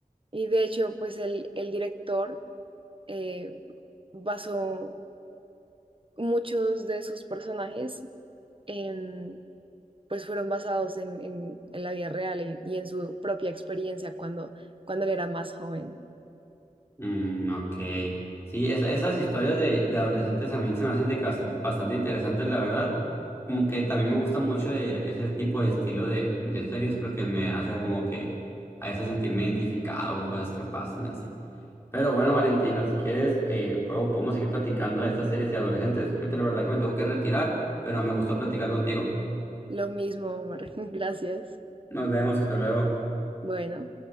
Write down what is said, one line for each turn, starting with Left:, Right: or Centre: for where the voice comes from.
Right: Y de hecho, pues el, el director eh, basó muchos de sus personajes, en, pues fueron basados en, en, en la vida real en- y en su propia experiencia cuando, cuando él era más joven.
Left: Mm, ok. Sí, esa- esas historias de, de adolescentes a mí se me hacen de que basta- bastante, interesantes, la verdad. Como que también me gusta mucho de ese tipo de estilo de, de series porque me hace como que a veces sentirme identificado con cosas que pasan así. Pero bueno, Valentina, si quieres, eh, puedo- podemos seguir platicando de estas series de adolescentes. Ahorita la verdad que me tengo que retirar, pero me gustó platicar contigo.
Right: Lo mismo, Omar. <laughs> Gracias.
Left: Nos vemos, hasta luego.
Right: Bueno.